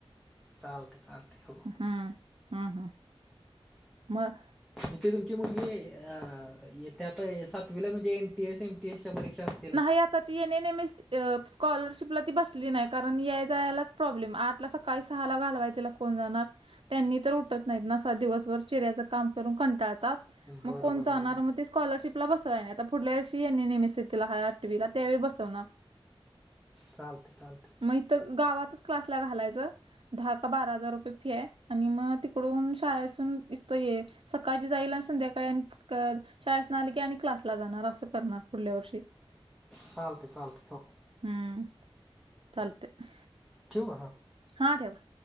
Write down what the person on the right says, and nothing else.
हम्म, हम्म हम्म मग.
नाही आत ते एन. एन एम एस चीु स्कॉलरशिपला ती बसली नाही कारण या जायलाच प्रॉब्लेम आठला सकाळी सहाला घालवाय तिला कोण जाणार. त्यांनी तर उठत नाहीत न सा दिवसभर चेऱ्याच काम करून कंटाळतात. मग,
कोण जाणार
मग ते स्कॉलरशिपला बसवाय नाही आता पुढल्या वर्षीे एन एन एम सी. त्याला हाय आठवी ला त्यावेळी बसवणार.
मग इथ, गावातच क्लासला घालायचं, दहा का बारा हजार रुपये फी आहे. आणि मग तिकडून शाळेसून इथं ये सकाळ जाईल आज आणि संध्याकाळी शाळेसंन आलंक की आणि क्लासला जाणार असं करणार पुुढल्या वर्षी.
हम्म चालतंय.
हा ठेवा.